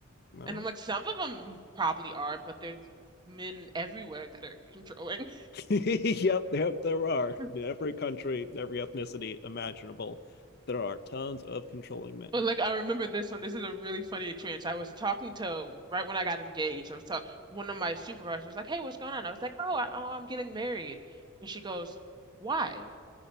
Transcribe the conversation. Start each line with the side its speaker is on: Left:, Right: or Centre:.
Left: No.
Right: And I'm like, some of them probably are, but there's men everywhere that are controlling.
Left: <laughs> yep, yep, there are.
Right: <laughs>
Left: In every country, every ethnicity imaginable, there are tons of controlling men.
Right: But like I remember this one. This is a really funny experience. I was talking to right when I got engaged. I was talking one of my supervisors was like, "Hey, what's going on?" I was like, "Oh, I, oh, I'm getting married," and she goes, "Why?"